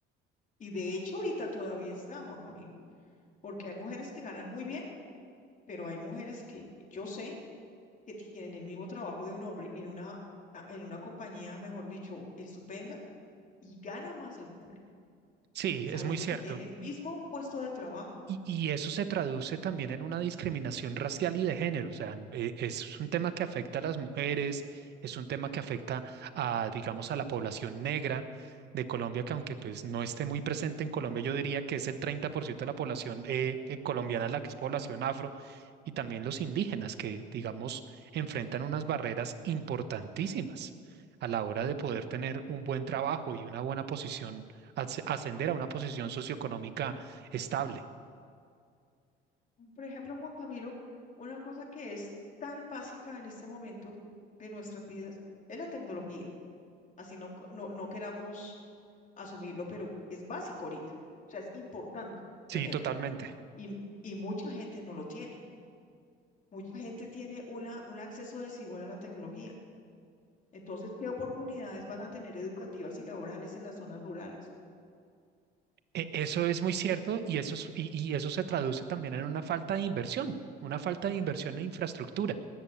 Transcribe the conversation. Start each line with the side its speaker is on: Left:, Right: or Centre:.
Left: Y de hecho ahorita todavía está, Juan Camilo, porque hay mujeres que ganan muy bien, pero hay mujeres que yo sé que tienen el mismo trabajo de un hombre en una, en una compañía, mejor dicho, estupenda, y gana más el hombre,
Right: Sí,
Left: sabiendo
Right: es muy cierto.
Left: que tienen el mismo puesto de trabajo
Right: Y, y eso se traduce también en una discriminación racial y de género. O sea, n- eh, es un tema que afecta a las mujeres, es un tema que afecta a, digamos, a la población negra de Colombia, que aunque pues no esté muy presente en Colombia, yo diría que es el 30% de la población eh, eh, colombiana la que es población afro, y también los indígenas que, digamos, enfrentan unas barreras importantísimas a la hora de poder tener un buen trabajo y una buena posición, as- ascender a una posición socioeconómica estable.
Left: Por ejemplo, Juan Camilo, una cosa que es tan básica en este momento de nuestras vidas es la tecnología. Así no, co- no, no queramos asumirlo, pero es básico ahorita. O sea, es importante
Right: Sí,
Left: tenerlo.
Right: totalmente.
Left: Y, y mucha gente no lo tiene. Mucha gente tiene una, un acceso desigual a la tecnología. Entonces, ¿qué oportunidades van a tener educativas y laborales en las zonas rurales?
Right: E- Eso es muy
Left: Es-
Right: cierto y eso, es- y, y eso se traduce también en una falta de inversión, una falta de inversión en infraestructura.